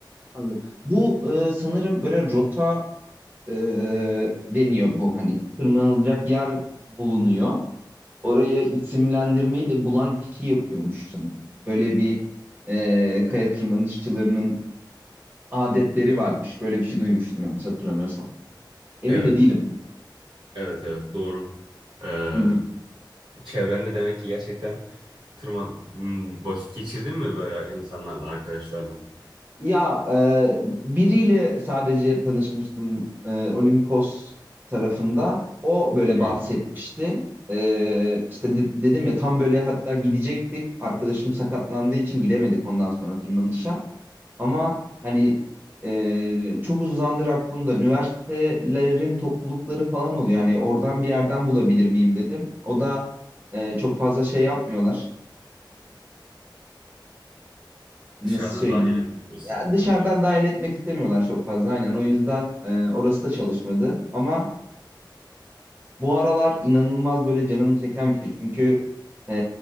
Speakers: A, on the right (about 25°); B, on the right (about 80°).
A: Anladım. Bu e, sanırım böyle rota e, deniyor bu hani tırmanılacak yer bulunuyor. Oraya isimlendirmeyi de bulan kişi yapıyormuş sanırım. Böyle bir e, kaya tırmanışçılarının adetleri varmış. Böyle bir şey duymuştum yanlış hatırlamıyorsam. Emin
B: Evet.
A: de değilim.
B: Evet evet doğru. Ee,
A: Hmm.
B: çevrende demek ki gerçekten tırman Hmm, vakit geçirdin mi böyle insanlarla, arkadaşlarla?
A: Ya e, biriyle sadece tanışmıştım e, Olimpos tarafında. O böyle
B: Hı.
A: bahsetmişti. E, işte de- dedim ya tam böyle hatta gidecektik. Arkadaşım sakatlandığı için gidemedik ondan sonra tırmanışa. Ama hani e, çok uzun zamandır aklımda üniversitelerin toplulukları falan oluyor. Hani oradan bir yerden bulabilir miyim dedim. O da e, çok fazla şey yapmıyorlar. nasıl
B: Dışarıdan
A: söyleyeyim
B: dahil etmek mi
A: ya
B: istemiyorlar?
A: dışarıdan dahil etmek istemiyorlar çok fazla aynen o yüzden e, orası da çalışmadı ama bu aralar inanılmaz böyle canımı çeken bir şey çünkü e,